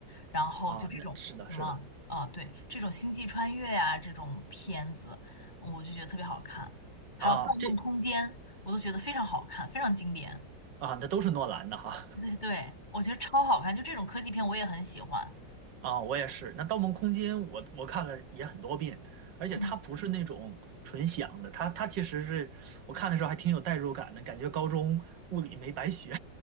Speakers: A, on the left; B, on the right.
A: 然后就这种什么呃，
B: 啊，那是的，是的，
A: 对，这种《星际穿越》呀这种片子，我就觉得特别好看。还有《盗梦空间》，
B: 啊，这
A: 我都觉得非常好看，非常经典。
B: 啊，那都是诺兰的哈。
A: 对对，我觉得超好看，就这种科技片我也很喜欢。
B: 啊，我也是。那《盗梦空间》我，我看了也很多遍，而且它不是那种纯想的，
A: 嗯
B: 它它其实是我看的时候还挺有代入感的，感觉高中物理没白学